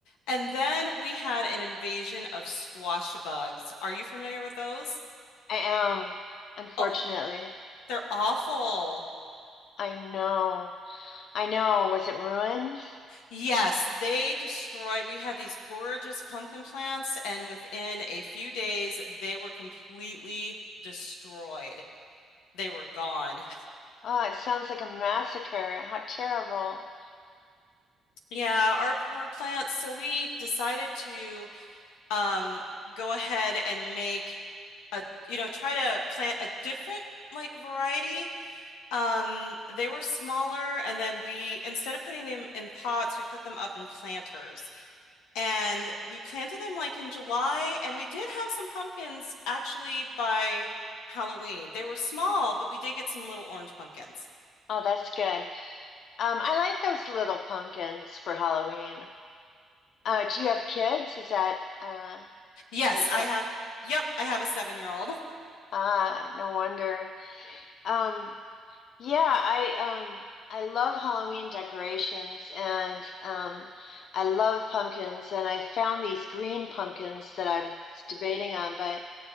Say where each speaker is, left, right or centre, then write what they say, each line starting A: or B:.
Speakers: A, on the left (about 85°); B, on the left (about 65°).
A: And then we had an invasion of squash bugs. Are you familiar with those?
B: I am, unfortunately.
A: Oh, they're awful.
B: I know. I know. Was it ruins?
A: Yes, they destroyed. We had these gorgeous pumpkin plants, and within a few days, they were completely destroyed. they were gone.
B: Oh, it sounds like a massacre. How terrible.
A: Yeah, our poor plants. So we decided to um, go ahead and make a, you know, try to plant a different like variety. Um, they were smaller, and then we, instead of putting them in pots, we put them up in planters. And we planted them like in July, and we did have some pumpkins actually by Halloween. They were small, but we did get some little orange pumpkins.
B: Oh, that's good. Um, I like those little pumpkins for Halloween. Uh, do you have kids? Is that uh
A: Yes,
B: is
A: I
B: that
A: have. Yep, I have a seven-year-old.
B: ah, no wonder. Um, yeah, I um I love Halloween decorations and um I love pumpkins and I found these green pumpkins that I was debating on, but